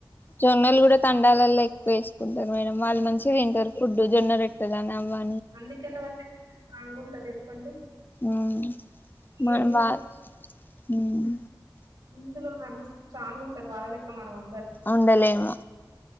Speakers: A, on the left; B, on the right.
A: జోన్నలు కూడా తండాలల్లో ఎక్కువ వేసుకుంటారు మేడం వాళ్ళు మంచి తింటారు ఫుడ్ జోన్న రోటే <unintelligible>
B: అన్న కింద పడ్డట్టున్నాయిగా బాగా ఉంటే చెప్పండి
A: ఉవ్ మన
B: ఏది
A: బాస్ హ్మ్మ్
B: ఇందులో మన మాస్త్ స్ట్రాంగ్ ఉంటారు వాళ్ళ లెక్క మనంఉ
A: ఉండలేమువు